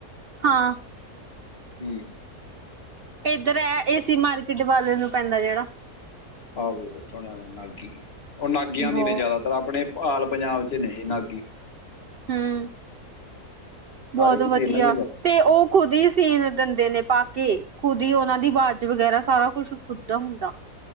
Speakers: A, on the right; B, on the left.
A: ਹਾਂ,
B: ਹੂੰ।
A: ਇੱਧਰ ਹੈ ਏ ਸੀ ਮਾਰਕੀਟ ਵਾਲੇ ਨੂੰ ਪੈਂਦਾ ਜਿਹੜਾ,
B: ਆਹੋ ਸੁਣਿਆ ਮੈਂ ਨਾਗੀ, ਉਹ ਨਾਗੀਆਂ
A: ਬਹੁ
B: ਦੀ ਨੇ ਜ਼ਿਆਦਾ ਮਤਲਬ ਆਪਣੇ ਆਲ ਪੰਜਾਬ ਚ ਨੇ ਨਾਗੀ
A: ਹੂੰ
B: ਸਾਰੇ
A: ਬਹੁਤ
B: ਕਿਤੇ
A: ਵਧੀਆ,
B: ਇਹਨਾਂ ਦੀ ਆ
A: ਤੇ ਉਹ, ਖੁਦ ਹੀ ਸੀਨ ਦਿੰਦੇ ਨੇ, ਬਾਕੀ ਖੁਦ ਹੀ ਉਹਨਾਂ ਦੀ ਆਵਾਜ਼ ਵਗੈਰਾ, ਸਾਰਾ ਕੁਛ ਖੁਦ ਦਾ ਹੁੰਦਾ।